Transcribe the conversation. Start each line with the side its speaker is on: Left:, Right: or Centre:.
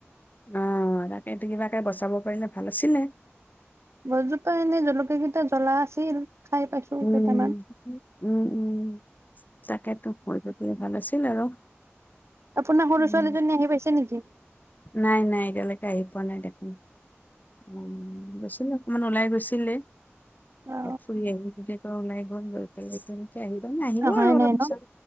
Left: আহ তাকেটো কিবাকে বচাব পাৰিলে ভাল আছিলে
Right: গছজোপা এনেই জলকীয়া কেইটা জ্বলা আছিল খাই পাইছো
Left: উম
Right: কেইটামান
Left: উম উম তাকে তো হৈ গলে ভাল আছিল আৰু
Right: আপোনাৰ সৰু
Left: উম,
Right: ছোৱালীজনী আহি পাইছে নেকি?
Left: নাই নাই এতিয়ালৈকে আহি পোৱা নাই দেখোন উ গৈছিলে অকমান ওলাই গৈ ছিলে
Right: অ
Left: ফুৰি আহিলোঁ এজোপাও নাই <unintelligible> <unintelligible> নে আহিব
Right: অহাই
Left: আৰু
Right: নাই
Left: অলপ পিছত।
Right: ন